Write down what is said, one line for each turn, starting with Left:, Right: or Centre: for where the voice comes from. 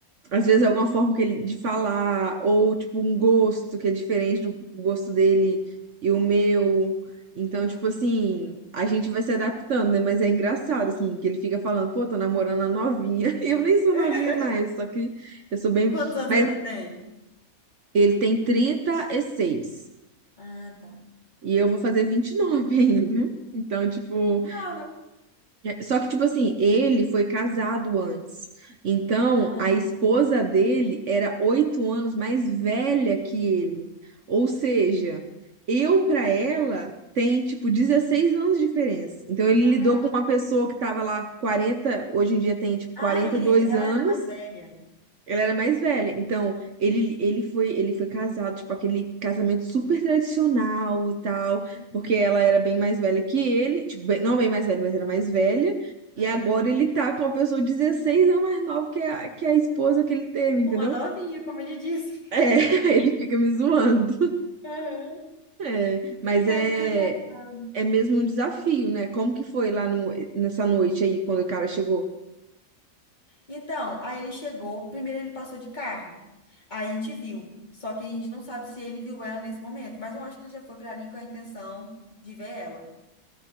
Right: às vezes alguma forma que ele, de falar, ou tipo um gosto que é diferente do gosto dele e o meu. Então,
Left: Aham.
Right: tipo assim, a gente vai se adaptando, né? Mas é engraçado,
Left: Aham.
Right: assim, que ele fica falando, pô, tô namorando a novinha. <laughs> Eu nem sou
Left: <laughs>
Right: novinha mais, só que eu sou bem.
Left: Quantos anos
Right: Mas
Left: que ele tem?
Right: ele tem trinta e seis
Left: Ah, tá.
Right: e eu vou fazer 29 ainda. Então, tipo.
Left: Ah, né?
Right: É, Só que, tipo assim, ele foi casado antes. Então,
Left: Ah,
Right: a esposa dele era oito anos mais velha que ele. Ou seja, eu pra ela tem, tipo, 16 anos de diferença. Então, ele
Left: caraca.
Right: lidou com uma pessoa que tava lá 40 hoje em dia tem, tipo, quarenta
Left: Ah, ele,
Right: e dois
Left: ela
Right: anos,
Left: era mais velha.
Right: ela era mais velha, então ele, ele foi ele foi casado, tipo, aquele casamento super tradicional e tal,
Left: Hum.
Right: porque ela era bem mais velha que ele, tipo, bem- não bem mais velha, mas era mais velha, e
Left: Aham.
Right: agora ele tá com uma pessoa 16 anos mais nova que a, que a esposa que ele teve, entendeu?
Left: Uma novinha, como ele disse.
Right: É, <laughs> ele fica me zoando.
Left: Aham.
Right: É, mas
Left: Cara,
Right: é,
Left: que engraçado.
Right: é mesmo um desafio, né? Como que foi lá no, nessa noite aí, quando o cara chegou?
Left: Então, aí ele chegou, primeiro ele passou de carro. Aí a gente viu. Só que a gente não sabe se ele viu ela nesse momento, mas eu acho que ele já foi para ali com a intenção de ver ela.